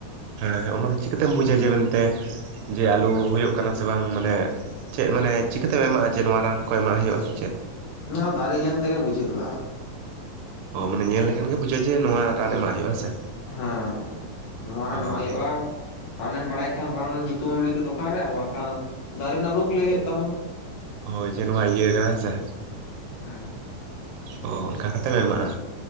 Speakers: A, on the right; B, on the left.
A: ᱦᱮᱸ, ᱦᱮᱸ, ᱚᱱᱟ ᱫᱚ ᱪᱤᱠᱟ. ᱛᱮᱹᱢ ᱵᱩᱡᱟ ᱡᱮ ᱢᱮᱱᱛᱮ, ᱡᱮ ᱟᱞᱩ ᱦᱩᱭᱩᱜ ᱠᱟᱱᱟ ᱥᱮ ᱵᱟᱝ ᱢᱟᱱᱮ ᱪᱮᱜ ᱢᱟᱱᱮ ᱪᱤᱠᱟᱹ ᱛᱮᱢ ᱮᱢᱟᱜᱼᱟ, ᱡᱮ ᱱᱚᱣᱟ ᱨᱟᱱ ᱠᱚ ᱮᱢᱟᱜ ᱦᱩᱭᱩᱜᱼᱟ ᱥᱮ ᱪᱮᱫ?
B: ᱱᱟ ᱫᱟᱨᱮ ᱧᱮᱞ ᱛᱮᱜᱮ ᱵᱩᱡᱷᱟᱹᱜᱼᱟ᱾
A: ᱚ ᱢᱟᱱᱮ ᱧᱮᱞ ᱞᱮᱠᱷᱟᱱ ᱜᱮ ᱵᱩᱡᱟᱹᱜ ᱡᱮ ᱱᱚᱣᱟ ᱨᱟᱱ ᱮᱢᱟᱜ ᱦᱩᱭᱩᱜ-ᱟ, ᱥᱮ!
B: ᱦᱮᱸ, ᱱᱚᱣᱟ ᱨᱟᱱ
A: ᱚ
B: ᱮᱢᱟᱜ ᱭᱩᱜᱼᱟ᱾ ᱨᱟᱱᱮᱢ ᱵᱟᱲᱟᱭ ᱠᱷᱟᱱ, ᱨᱟᱱ ᱧᱩᱛᱩᱢᱮᱢ ᱞᱟᱹᱭ ᱠᱮ ᱫᱚᱠᱟᱱ ᱨᱮ ᱟᱨ ᱵᱟᱝᱠᱷᱟᱱ ᱫᱟᱨᱮ ᱱᱟᱜ ᱨᱳᱜᱽ ᱞᱟᱹᱭ ᱦᱩᱭᱩᱜ ᱛᱟᱢᱟ᱾
A: ᱦᱳᱭ ᱡᱮ ᱱᱚᱣᱟ ᱤᱭᱟᱹ ᱠᱟᱱᱟ, ᱦᱮᱸ ᱥᱮ
B: ᱦᱮᱸ
A: ᱚ ᱚᱱᱠᱟ ᱠᱟᱛᱮᱢ ᱮᱢᱟᱜᱼᱟ᱾